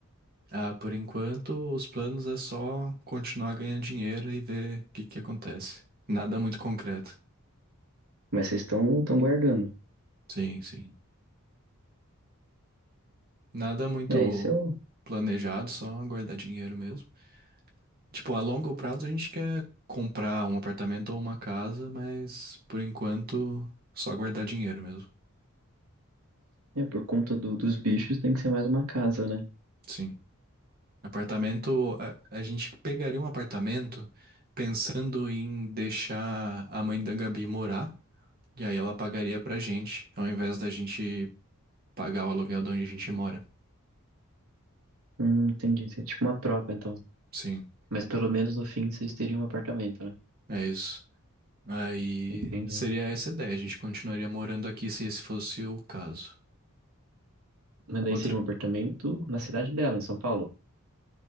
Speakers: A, on the right; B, on the right.
A: Ah, por enquanto, os planos é só continuar ganhando dinheiro e ver o que que acontece. Nada muito concreto.
B: Mas vocês estão estão guardando.
A: Sim, sim. Nada muito
B: É, isso é o.
A: planejado, só guardar dinheiro mesmo. Tipo, a longo prazo a gente quer comprar um apartamento ou uma casa, mas por enquanto só guardar dinheiro mesmo.
B: É, por conta do- dos bichos tem que ser mais uma casa, né?
A: Sim. Apartamento, a, a gente pegaria um apartamento pensando em deixar a mãe da Gabi morar. E aí ela pagaria pra gente, ao invés da gente pagar o aluguel de onde a gente mora.
B: Hum, entendi. Isso é tipo uma troca, então.
A: Sim,
B: Mas pelo menos no fim vocês teriam um apartamento, né?
A: é isso. Aí
B: Entendi.
A: seria essa a ideia, a gente continuaria morando aqui se esse fosse o caso.
B: Mas daí
A: Outra
B: seria um apartamento na cidade dela, em São Paulo.